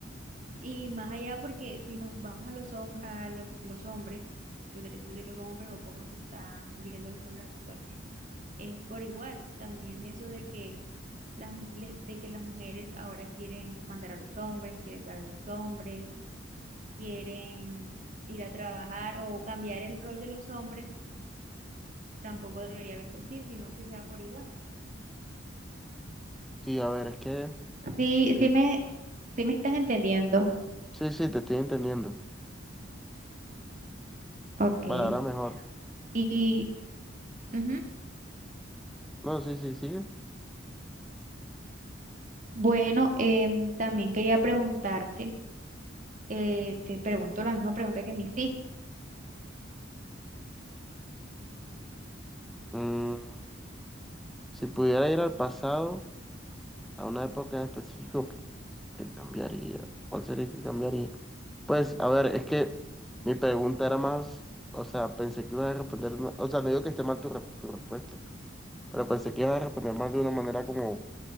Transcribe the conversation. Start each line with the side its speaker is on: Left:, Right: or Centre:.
Right: Y más allá, porque si nos vamos a los, hom- a lo- los hombres, los derechos de los hombres o cómo se están viviendo los hombres actualmente, es por igual. También eso de que las, mu- le- de que las mujeres ahora quieren mandar a los hombres, quieren pagar a los hombres, quieren ir a trabajar o cambiar el rol de los hombres, tampoco debería verse así, sino que sea por igual.
Centre: Sí, a ver, es que...
Right: Sí,
Centre: y-
Right: sí me, sí me estás entendiendo.
Centre: Sí, sí, te estoy entendiendo.
Right: Ok.
Centre: Vale, ahora mejor.
Right: Y ujú.
Centre: No, sí, sí, sigue.
Right: Bueno, em, también quería preguntarte. eh, te pregunto la misma pregunta que me hiciste.
Centre: Mm, si pudiera ir al pasado, a una época en específico, ¿qué cambiaría? ¿Cuál sería que cambiaría? Pues, a ver, es que mi pregunta era más... O sea, pensé que ibas a responder... una- O sea, no digo que esté mal tu, res- tu respuesta. Pero pensé que ibas a responder más de una manera como